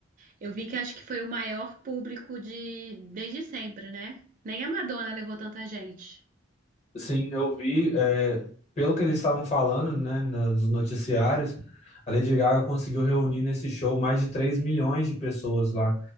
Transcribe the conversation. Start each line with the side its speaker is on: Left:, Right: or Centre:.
Right: Eu vi que acho que foi o maior público de desde sempre, né? Nem a Madonna levou tanta gente.
Left: Sim, eu vi, é, pelo que eles estavam falando, né, nos noticiários, a Lady Gaga conseguiu reunir nesse show mais de 3 milhões de pessoas lá